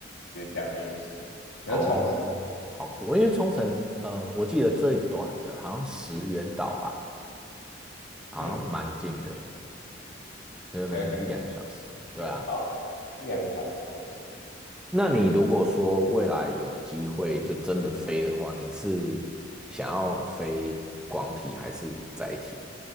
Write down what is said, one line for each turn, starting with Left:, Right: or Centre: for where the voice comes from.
Left: 就是这样练习。
Centre: <laughs>
Left: 然后冲绳，
Centre: 哦，好酷哦！因为冲绳，呃，我记得最短的好像石垣岛吧，好像蛮近的，
Left: 嗯，
Centre: 就是可能一两个小时。
Left: 那个感
Centre: 对啊，
Left: 觉哦，一两个小时还行。
Centre: 那你如果说未来有机会就真的飞的话，
Left: 也
Centre: 你是想要飞广体还是载体？